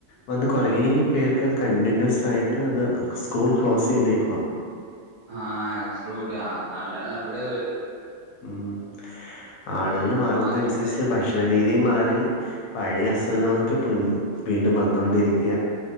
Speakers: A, on the left (about 75°); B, on the right (about 55°).
A: വന്ന് കുറ പേർക്ക് അത് കണ്ടിന്യൂസ് ആയിട്ട് അത് സ്കൂൾ ക്ലോസ് ചെയ്തേക്കവാ.
B: ആഹഹ സ്കൂൾ കൂട്ടിയ ആ നല്ല നടപടി ആവൂല്ലല്ലോ.
A: ഉം ആളുകൾ
B: ഉം, ഇത്
A: മാറുന്ന
B: മാറി
A: അനുസരിച്ച്
B: കിട്ടണ്ടേ
A: ഭക്ഷ ഭക്ഷണ രീതിൽ മാറി പഴയ അസുഖങ്ങളൊക്കെ
B: ആ
A: വീണ്ടും വന്നൊണ്ടിരിക്ക